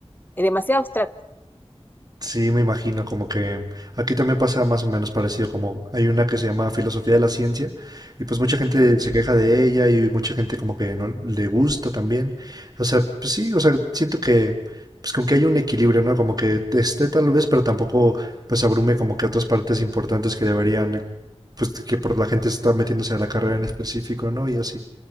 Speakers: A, on the left; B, on the right.
A: es demasiado abstracto.
B: Sí, me imagino, como que aquí también pasa más o menos parecido, como hay una que se llama Filosofía de la Ciencia, y pues mucha gente se queja de ella y mucha gente como que no le gusta también. O sea, pues sí, o sea, siento que pues con que hay un equilibrio, ¿no? Como que esté tal vez, pero tampoco pues abrume como que otras partes importantes que deberían, pues que por la gente está metiéndose a la carrera en específico, ¿no? Y así.